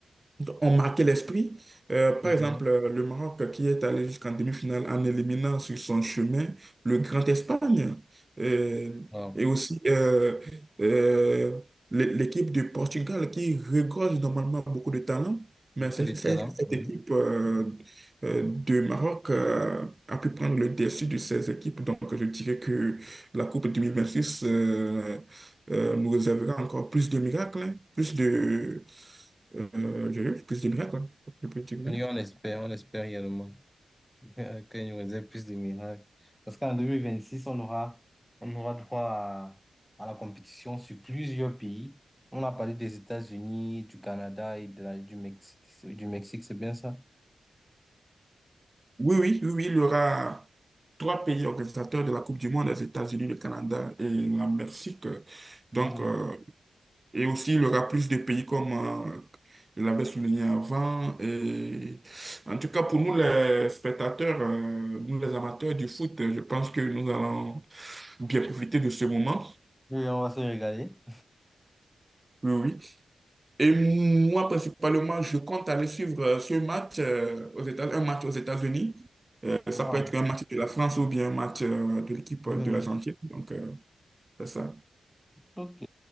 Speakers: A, on the right; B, in the centre.
A: ont marqué l'esprit. Euh, par
B: Mhm.
A: exemple, euh, le Maroc qui est allé jusqu'en demi-finale en éliminant sur son chemin le Grand Espagne Euh,
B: Wow.
A: et aussi euh, euh, l'é- l'équipe du Portugal qui regorge normalement beaucoup de talent, mais
B: Beaucoup
A: c'est-
B: de
A: c'est-
B: talent.
A: cette
B: Mhm.
A: équipe euh, euh, de Maroc euh, a pu prendre le dessus de ces équipes. Donc, je dirais que la Coupe 2026 euh, euh, nous réservera encore plus de miracles, hein, plus de euh, je je- que c'est bien, quoi. Je peux dire
B: Et
A: oui.
B: on espère, on espère également. <laughs> Ok, nous faisais plus de miracles. Parce qu'en 2026, on aura, on aura droit à, à la compétition sur plusieurs pays. On a parlé des États-Unis, du Canada et de la- du Mexique. Du Mexique, c'est bien ça?
A: Oui, oui, oui, oui, il y aura trois pays organisateurs de la Coupe du Monde, les États-Unis, le Canada et la Mexique. Donc,
B: Mhm.
A: euh, et aussi, il y aura plus de pays comme euh, je l'avais souligné avant. Et en tout cas, pour nous, les spectateurs, euh, nous, les amateurs du foot, je pense que nous allons bien profiter de ce moment.
B: Oui, on va se régaler.
A: Oui, oui. Et moi, principalement, je compte aller suivre euh, ce match, euh, aux États, un match aux États-Unis. Euh, ça
B: Wow.
A: peut être un match de la France ou bien un match euh, de l'équipe
B: Mhm.
A: euh, de l'Argentine. Donc, euh, c'est ça.
B: Ok.